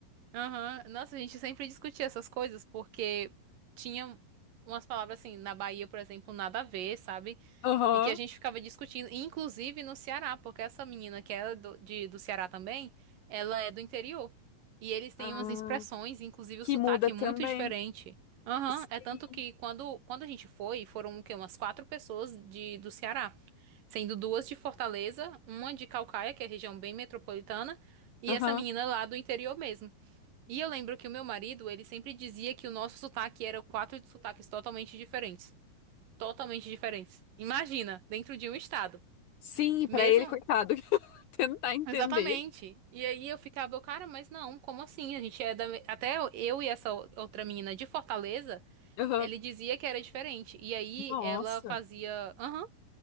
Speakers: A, on the right; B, on the left.
A: Aham. Nossa, a gente sempre discutia essas coisas porque tinha umas palavras assim, na Bahia, por exemplo, nada a ver, sabe?
B: Aham.
A: E que a gente ficava discutindo, inclusive no Ceará, porque essa menina que é do, de- do Ceará também, ela é do interior. E eles têm
B: Ah,
A: umas expressões, inclusive
B: que
A: o sotaque
B: muda também.
A: é muito diferente. Aham,
B: Sim.
A: é tanto que quando, quando a gente foi, foram o quê? Umas quatro pessoas de, do Ceará, sendo duas de Fortaleza, uma de Calcaia, que é região bem metropolitana, e
B: Aham.
A: essa menina lá do interior mesmo. E eu lembro que o meu marido, ele sempre dizia que o nosso sotaque era quatro sotaques totalmente diferentes. Totalmente diferentes. Imagina, dentro de um estado.
B: Sim, pra
A: Mesmo.
B: ele, coitado, <laughs> tentar entender.
A: Exatamente. E aí eu ficava, cara, mas não, como assim? A gente é da. me- Até eu e essa o- outra menina de Fortaleza,
B: Aham.
A: ele dizia que era diferente. E aí
B: Nossa.
A: ela fazia. Aham.